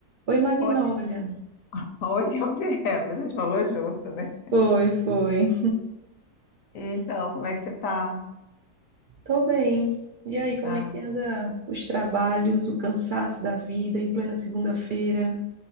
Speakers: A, on the right (about 80°); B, on the left (about 65°).
A: Oi, Magnólia.
B: Oi, <laughs> oi, Gabriela. A gente falou junto, né?
A: Foi, foi.
B: Então, como é que você tá?
A: Tô bem. E aí, como
B: Ah,
A: é que anda os trabalhos, o cansaço da vida em plena segunda-feira?